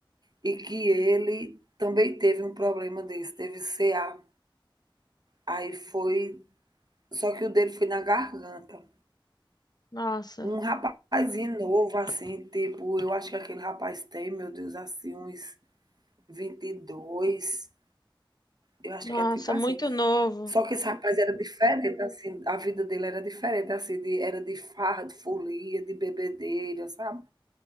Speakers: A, on the right; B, on the left.
A: e que ele também teve um problema desse, teve CA. Aí foi, só que o dele foi na garganta.
B: Nossa,
A: Um rapazinho novo, assim, tipo, eu acho que aquele rapaz tem, meu Deus, assim, uns 22, eu acho
B: nossa,
A: que é tipo assim.
B: muito novo.
A: Só que esse rapaz era diferente, assim, a vida dele era diferente, assim, de, era de farra, de folia, de bebedeira, sabe?